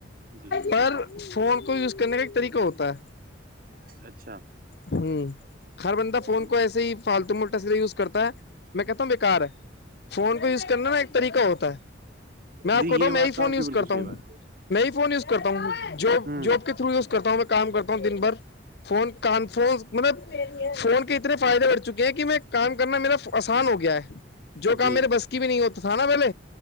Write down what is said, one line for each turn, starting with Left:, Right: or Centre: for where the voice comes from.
Right: جی
Left: پر فون کو یوز کرنے کا ایک طریقہ ہوتا ہے
Right: اچھا
Left: ہوں ہر بندہ
Right: ہ
Left: فون کو ایسے ہی فالتو میں اولٹا سیدا یوز کرتا ہے میں کہتا ہوں بےیکار ہے فون کو یوز کرنا نا ایک طریقہ ہوتا ہے میں آپ
Right: جی
Left: کوتاؤ
Right: یہ بات
Left: میں ہی
Right: تو
Left: فون
Right: آپ
Left: یوز
Right: کی بالکل
Left: کرتا
Right: صحیح
Left: ہوں
Right: بات
Left: میں ہی فون یوز کرتا ہوں جب
Right: ہ
Left: جب کے تھرو یوز کرتا ہوں میں کام کرتا ہوں دن بھر فون کان فون مطلب فون کے اتنے فائدے اٹھ چکے ہیں کہ میں کام کرنا میرا آسان ہو گیا ہے جو کام
Right: جی
Left: میرے بس کی بھی نہیں ہوتا تھا نا پہلے